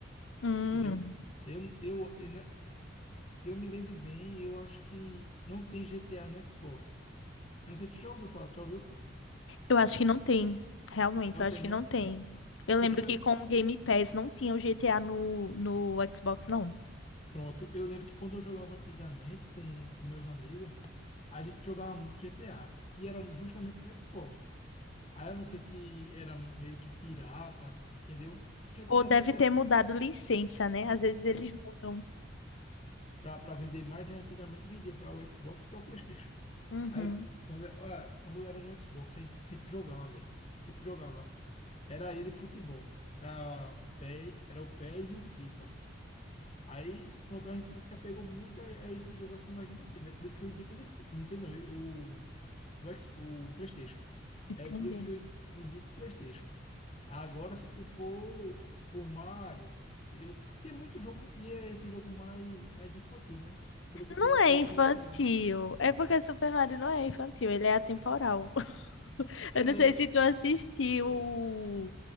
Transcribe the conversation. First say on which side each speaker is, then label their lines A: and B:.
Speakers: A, on the left (about 80°); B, on the left (about 35°).
A: Hum,
B: entendeu? Eu, eu, eu na- se eu me lembro bem, eu acho que não tem GTA no Xbox. Eu não sei se tu já ouviu falar, tu já ouviu?
A: eu acho que não tem. Realmente,
B: Não
A: eu acho
B: tem,
A: que
B: né?
A: não tem. Eu
B: Porque
A: lembro que com o Game Pass não tinha o GTA no, no Xbox, não.
B: Pronto, eu lembro que quando eu jogava antigamente com, com meus amigos, a gente jogava muito GTA. E era justamente no Xbox. Aí eu não sei se era meio que pirata, entendeu? Porque antigamente
A: Ou deve ter
B: era
A: mudado licença, né? Às vezes eles mudam.
B: para vender mais, né? Antigamente vendia para o Xbox, e para o PlayStation.
A: Uhum,
B: Aí quando, ah, quando eu era no Xbox, a gente sempre jogava, velho. Sempre jogava. Era ele futebol. Era, o PES- era o PES e S e o FIFA. Aí, pronto, a gente se apegou muito a, a esse jogo assim mais do Nintendo. É por isso que eu indico o Ninte- Nintendo, não, o, o, X- o PlayStation.
A: entendi.
B: É por isso que eu in- indico o PlayStation. Agora, se tu for por Mario, entendeu? Tem muito jogo, e é esse jogo mais, mais infantil, né? Que pelo que eu
A: Não
B: tô vendo,
A: é
B: tu gosta
A: infantil.
B: desse jogo, né?
A: É porque Super Mario não é infantil, ele é atemporal. <laughs>
B: É,
A: Eu não sei se tu assistiu